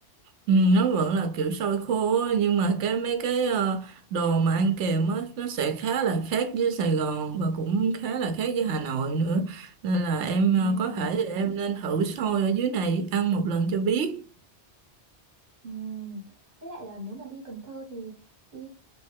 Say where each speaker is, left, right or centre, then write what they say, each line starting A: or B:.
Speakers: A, on the right; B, on the right.
A: Ừ, nó vẫn là kiểu xôi khô á, nhưng mà cái mấy cái ờ, đồ mà ăn kèm á nó sẽ khá là khác với Sài Gòn và cũng khá là khác với Hà Nội nữa nên là em ờ,
B: Ừm.
A: có thể thì em nên thử xôi ở dưới này ăn một lần cho biết
B: Ừm, với lại là nếu mà đi Cần Thơ thì đi